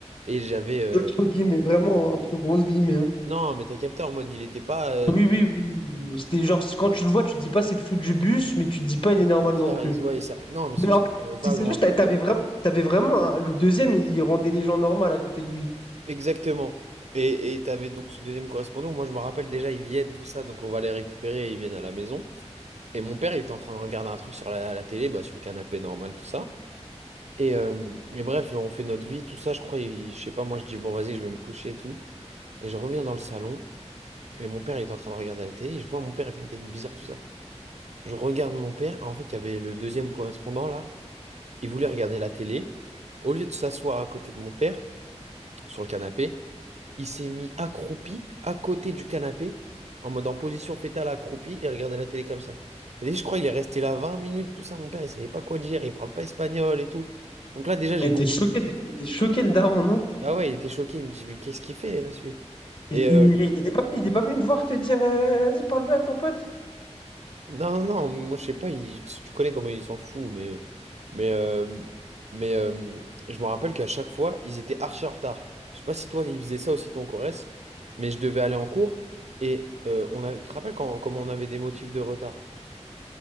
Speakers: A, on the right (about 70°); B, on the left (about 45°).
A: Et j'avais. euh,
B: entre guillemets, vraiment, entre grosses guillemets. hein.
A: Non, mais t'as capté en mode, il était pas. euh,
B: Oui, oui, oui. C'était genre, c'est- quand tu le vois, tu te dis pas c'est le fou du bus, mais tu te dis pas il est normal
A: il
B: non
A: sert-
B: plus.
A: il- ouais, il sert- Non, mais
B: Mais
A: c'est juste
B: en fait,
A: qu'il servait
B: c'est
A: pas
B: c'est
A: à grand-chose.
B: juste, t'a- t'avais vraiment, t'avais vraiment, un- le deuxième, il, il rendait les gens normaux à côté de lui.
A: Exactement. Et et t'avais donc ce deuxième correspondant. Moi, je me rappelle déjà, ils viennent, tout ça, donc on va les récupérer et ils viennent à la maison. Et mon père, il était en train de regarder un truc sur la, la télé, bah, sur le canapé normal, tout ça. Et, euh, et bref, on fait notre vie, tout ça. Je crois, il- je sais pas, moi, je dis, bon, vas-y, je vais me coucher et tout. Et je reviens dans le salon. Et mon père, il était en train de regarder la télé, et je vois mon père, il fait une tête bizarre, tout ça. Je regarde mon père, en fait, il y avait le deuxième correspondant, là, il voulait regarder la télé. Au lieu de s'asseoir à côté de mon père, sur le canapé, il s'est mis accroupi, à côté du canapé, en mode en position fétale accroupi, et regardait la télé comme ça. Et dès- que je crois qu'il est resté là 20 minutes, tout ça, mon père, il savait pas quoi dire, il parle pas espagnol et tout. Donc là, déjà, j'ai
B: Et
A: compris.
B: t'es choqué, de- et t'es choqué le daron, non?
A: Ah ouais, il était choqué, il me dit, mais qu'est-ce qu'il fait, là, celui?
B: Il
A: Et euh,
B: il- il était pas, venu- il est pas venu te voir te dire euh, vas-y, parle-lui à ton pote.
A: Non, non, non, moi je sais pas, il- tu tu connais comment ils s'en foutent, mais, mais, euh, mais euh, je me rappelle qu'à chaque fois, ils étaient archi en retard. Je sais pas si toi, ils faisaient ça aussi, toi, en Corrèze, mais je devais aller en cours et euh, on a, tu te rappelles quand, comment on avait des motifs de retard?